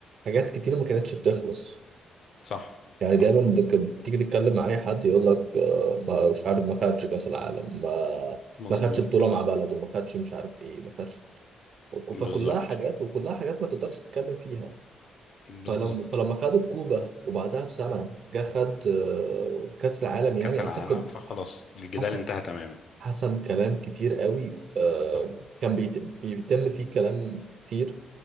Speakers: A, on the right; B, on the left.
A: حاجات كتير ما كانتش بتخلص
B: صح
A: يعني
B: صح
A: دايما كنت تيجي تتكلم مع اي حد يقول لك آه، ما مش عارف ما خدش كأس العالم ما
B: مظبوط
A: ما خدش بطولة مع بلده ما خدش مش عارف ايه ما خدش
B: بالظبط
A: فكلها حاجات وكلها حاجات ما تقدرش تتكلم فيها
B: بالظبط
A: فلما فلما خد الكوبا وبعدها بسنة جه خد آه، كأس العالم يعني
B: كاس العالم
A: أعتقد
B: فخلاص الجدال
A: حاسس
B: انتهى تماما
A: حسب كلام كتير قوي آه،
B: صح
A: كان بيت- بيتم فيه كلام كتير